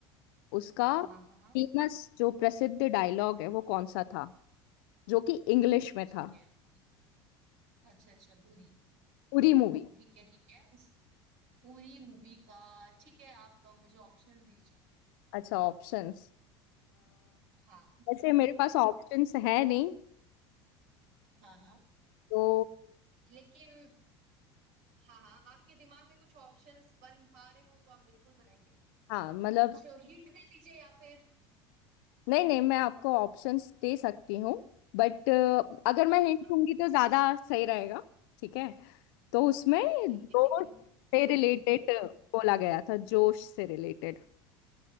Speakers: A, on the left (about 55°); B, on the right (about 55°).
A: उसका
B: हाँ हाँ हाँ हाँ
A: फेमस जो प्रसिद्ध डायलॉग है वो कौन सा था जो कि इंग्लिश में
B: ठीक
A: था
B: है पूरी अच्छा अच्छा पूरी
A: उरी मूवी
B: ठीक है ठीक है उस पूरी मूवी का ठीक है आप अ, मुझे ऑप्शंस दीजिए
A: अच्छा ऑप्शंस
B: हाँ
A: वैसे मेरे पास ऑप्शंस है नहीं
B: हाँ हाँ
A: तो
B: लेकिन हाँ हाँ आपके दिमाग में कुछ ऑप्शंस बन पा रहे हो तो आप बिल्कुल बनाइए
A: हाँ मतलब
B: कुछ हिंट दे दीजिए या फिर
A: नहीं नहीं मैं आपको ऑप्शंस दे सकती हूँ बट अगर मैं
B: हाँ
A: हिंट
B: हाँ
A: दूंगी तो ज्यादा सही रहेगा ठीक है तो उसमें
B: ठीक
A: जोश
B: है ठीक है
A: से रिलेटेड बोला गया था जोश से रिलेटेड